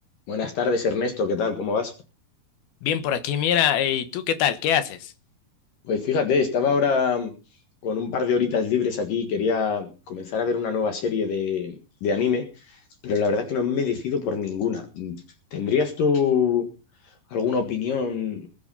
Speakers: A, on the left; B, on the left.
A: Buenas tardes, Ernesto, ¿qué tal? ¿Cómo vas?
B: Bien, por aquí, mira, eh, ¿y tú qué tal? ¿Qué haces?
A: Pues fíjate, estaba ahora mm, con un par de horitas libres aquí, quería comenzar a ver una nueva serie de, de anime, pero la verdad es que no me decido por ninguna. Mm, ¿Tendrías tú alguna opinión